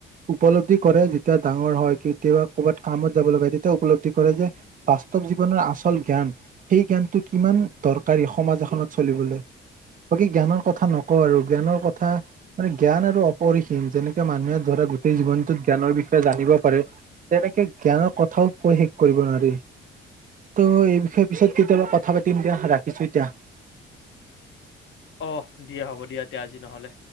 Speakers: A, on the right; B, on the left.
A: উপলব্ধি কৰে যেতিয়া ডাঙৰ হয় কেতিয়াবা ক'ৰবাত কামত যাব লগা তেতিয়া উপলব্ধি কৰে যে। বাস্তৱ জীৱনৰ আচল জ্ঞান। সেই জ্ঞানটো কিমান দৰকাৰী সমাজ এখনত চলিবলৈ। বাকী জ্ঞানৰ কথা নকওঁ আৰু জ্ঞানৰ কথা মানে জ্ঞান আৰু অপৰিসীম যেনেকে মানুহে। ধৰা গোটেই জীৱনটোত জ্ঞানৰ বিষয়ে জানিব পাৰে। তেনেকে জ্ঞানৰ কথাও কৈ শেষ কৰিব নোৱাৰি। ত' এই বিষয়ে পিছত কেতিয়াবা কথা পাতিম দিয়া ৰাখিছো এতিয়া।
B: অঁ দিয়া হ'ব দিয়া এতিয়া আজি নহ'লে।